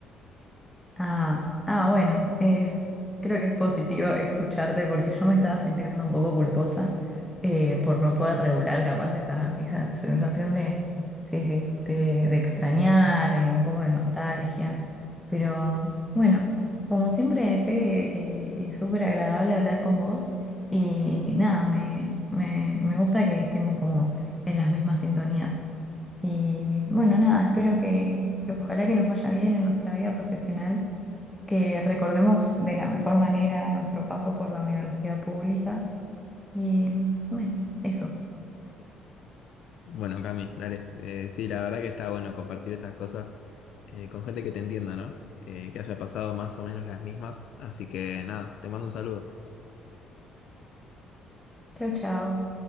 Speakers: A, in the centre; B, on the left (about 70°).
A: Ah, ah, bueno, es, creo que es positivo escucharte porque yo me estaba sintiendo un poco culposa eh, por no poder regular capaz esa, esa sensación de, sí, sí, de, de extrañar, eh, un poco de nostalgia. Pero bueno, como siempre, Fede, eh, es súper agradable hablar con vos y nada, me, me, me gusta que estemos como en las mismas sintonías. Y bueno, nada, espero que, que ojalá que nos vaya bien en nuestra vida profesional que recordemos de la mejor manera nuestro paso por la universidad pública. Y bueno, eso.
B: Bueno, Cami, dale. Eh, sí, la verdad que está bueno compartir estas cosas eh, con gente que te entienda, ¿no? Eh, que haya pasado más o menos las mismas. Así que nada, te mando un saludo.
A: Chao, chao.